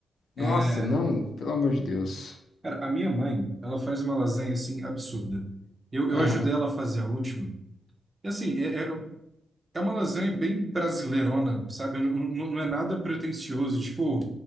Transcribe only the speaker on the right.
É,
cara, a minha mãe, ela faz uma lasanha, assim, absurda. Eu, eu
ajudei ela a fazer a última. E, assim, é, é, é uma lasanha bem brasileirona, sabe? Não, não, não é nada pretensioso. Tipo,